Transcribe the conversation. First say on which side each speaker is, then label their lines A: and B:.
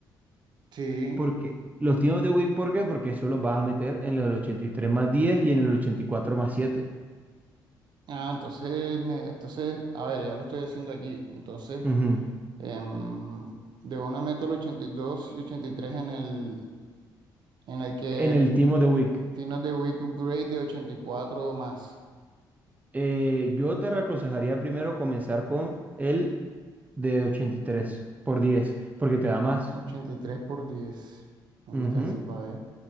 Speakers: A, on the right (about 65°); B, on the right (about 20°).
A: sí.
B: Porque los tiempos de Wii, ¿por qué? Porque eso los vas a meter en el 83 más 10 y en el ochenta y cuatro más siete
A: Ah, entonces, ne- entonces, a ver, ya lo estoy haciendo aquí. Entonces,
B: Ujú.
A: em, de una Metal 82 y 83 en el, en el que
B: En el
A: re-
B: Team of the Week.
A: tienes de Weak Upgrade de 84 o más.
B: Eh, yo te aconsejaría primero comenzar con el de 83 por 10 porque te da más.
A: 83 por 10. ¿Dónde
B: Ujú.
A: está ese para ver?